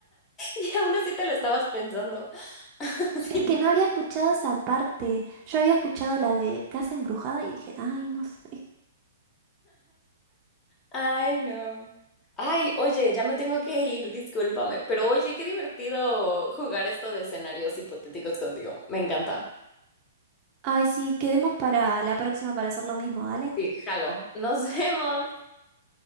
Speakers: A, on the left; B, on the right.
A: Y aún así te la estabas pensando. <laughs> Sí.
B: es que no había escuchado esa parte. Yo había escuchado la de Casa Embrujada y dije, ay, no sé.
A: Ay, no. Ay, oye, ya me tengo que ir, discúlpame. Pero oye, qué divertido jugar esto de escenarios hipotéticos contigo. Me encanta.
B: Ay, sí, quedemos para la próxima para hacer lo mismo, dale.
A: Sí, jalo. Nos vemos.